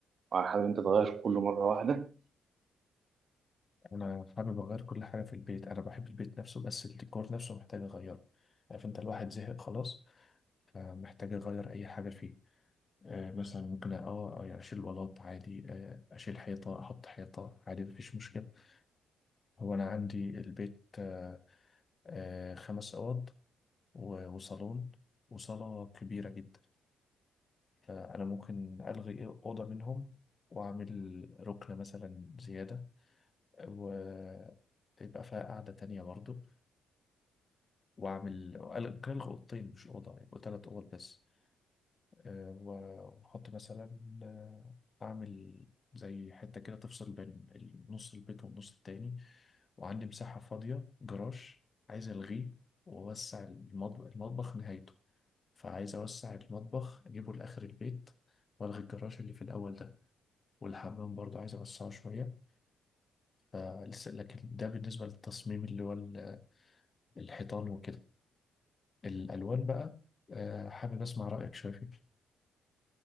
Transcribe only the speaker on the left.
أنا حابب أغير كل حاجة في البيت أنا بحب البيت نفسه بس الديكور نفسه محتاج أغيره عارف أنت الواحد زهق خلاص فمحتاج أغير أي حاجة فيه آه، مثلا ممكن اه آه، يعني اشيل بلاط عادي آه، اشيل حيطه احط حيطه عادي مفيش مشكله هو انا عندي البيت آه، آه، خمس اوض و- وصالون وصاله كبيره جدا فانا ممكن الغي اوضه منهم واعمل ركنه مثلا زياده ويبقى فيها قاعده تانية برضو واعمل ألغي- ممكن الغي اوضتين مش اوضه يبقوا ثلاث اوض بس آه، و- واحط مثلا آه، اعمل زي حته كده تفصل بين ال- نص البيت والنص التاني وعندي مساحه فاضيه جراج عايز الغيه واوسع المطبخ المطبخ نهايته فعايز اوسع المطبخ اجيبه لاخر البيت والغي الجراج اللي في الاول ده والحمام برضه عايز اوسعه شويه فلسه لكن ده بالنسبه للتصميم اللي هو ال- الحيطان وكده الالوان بقى آه، حابب اسمع رايك شويه فيه